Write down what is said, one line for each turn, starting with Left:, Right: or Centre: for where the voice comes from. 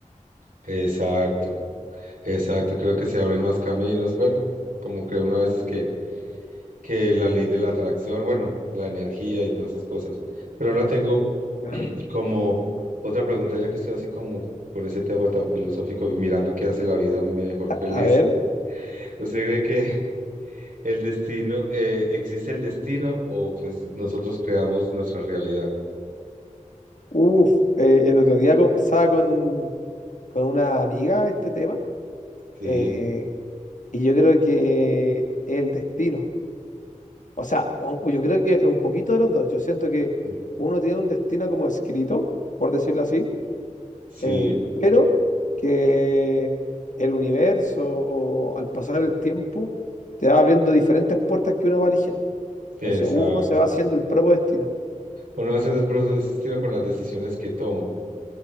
Right: exacto, exacto, creo que se abren más caminos, bueno, como que una vez es que que la ley de la atracción, bueno, la energía y todas esas cosas. Pero ahora tengo
Left: Claro.
Right: como otra pregunta, ya que estoy así como con ese tema tan filosófico y mirando qué hace la vida mejor feliz.
Left: A ver,
Right: <laughs> ¿Usted cree que el destino, eh, existe el destino o pues nosotros creamos nuestra realidad?
Left: uff, el otro día conversaba con, con una amiga este tema,
Right: Sí,
Left: eh, y yo creo que el destino, o sea, o- yo creo que un poquito de los dos, yo siento que
Right: sí,
Left: uno tiene un destino como escrito, por decirlo así,
Right: sí,
Left: eh, pero que el universo o al pasar el tiempo te va abriendo diferentes puertas que uno va eligiendo.
Right: exacto.
Left: Entonces uno se va haciendo el propio destino.
Right: Uno haciendo el proceso de destino con las decisiones que toma.